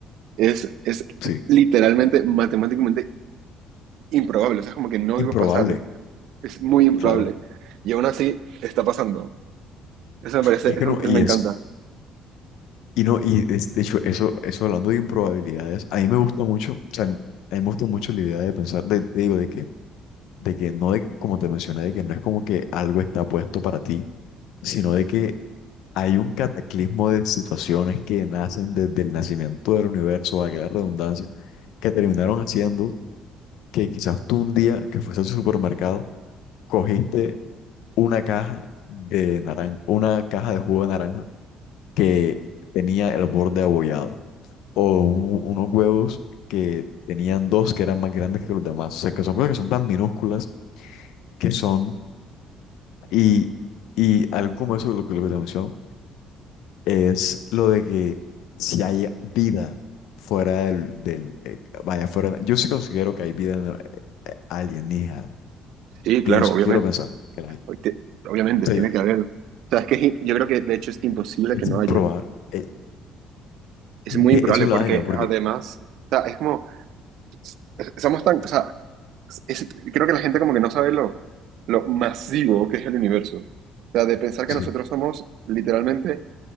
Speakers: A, on the right; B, on the left.
A: es, es
B: Sí,
A: literalmente matemáticamente improbable, o sea, es como que no
B: improbable,
A: iba a pasar, es muy improbable.
B: claro.
A: Y aún así está pasando. Eso me parece,
B: Y
A: eso,
B: es que no,
A: eso
B: y
A: me encanta.
B: es, y no, y es- de hecho, eso, eso hablando de improbabilidades, a mí me gusta mucho, o sea, a mí me gusta mucho la idea de pensar, de, te digo, de que, de que no, de, como te mencioné, de que no es como que algo está puesto para ti, sino de que hay un cataclismo de situaciones que nacen desde el nacimiento del universo, valga la redundancia, que terminaron haciendo que quizás tú un día que fuiste al supermercado, cogiste una caja de naranja, una caja de jugo de naranja que tenía el borde abollado. O un- unos huevos que tenían dos que eran más grandes que los demás. O sea, que son cosas que son tan minúsculas que son... Y, y algo como eso, lo que, lo que te menciono, es lo de que si hay vida fuera del... del eh, vaya, fuera... Yo sí considero que hay vida en el- eh, alienígena.
A: Sí,
B: Pienso,
A: claro, obviamente.
B: quiero pensar que la hay. O
A: Hoy te- Obviamente,
B: sea,
A: tiene que haber. O sea, es que es in- yo creo que de hecho es imposible
B: es
A: que no
B: improbable.
A: haya.
B: Eh,
A: Es
B: <laughs>
A: muy improbable
B: eso es
A: porque
B: la vaina, porque...
A: además, o sea, es como, es- somos tan, o sea, es- creo que la gente como que no sabe lo, lo masivo que es el universo. O sea, de pensar que
B: Sí.
A: nosotros somos literalmente